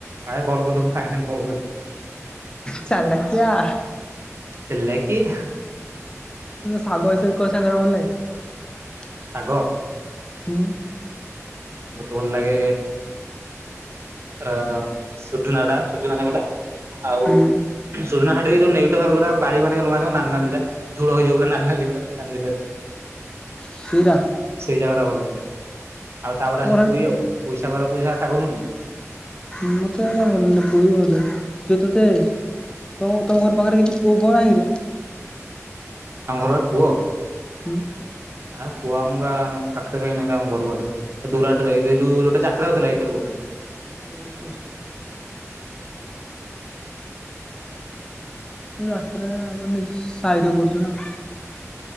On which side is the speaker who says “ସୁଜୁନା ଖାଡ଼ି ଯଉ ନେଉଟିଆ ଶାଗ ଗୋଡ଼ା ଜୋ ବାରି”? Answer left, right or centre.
Right